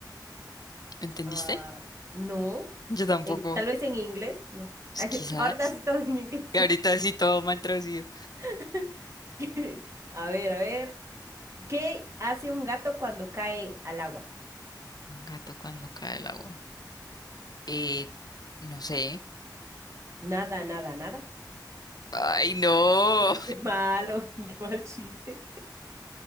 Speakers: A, on the left (about 60°); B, on the right (about 40°).
A: ¿entendiste?
B: Ah, no.
A: Yo tampoco,
B: En- tal vez en inglés, no.
A: pues,
B: Ay,
A: quizás.
B: <laughs> ahorita sí todo en inglés.
A: Y ahorita sí todo mal traducido.
B: <laughs> ¿Qué? A ver, a ver. ¿Qué hace un gato cuando cae al agua?
A: Un gato cuando cae el agua. Eh, no sé.
B: Nada, nada, nada.
A: Ay, no.
B: Qué malo, <laughs> qué mal chiste.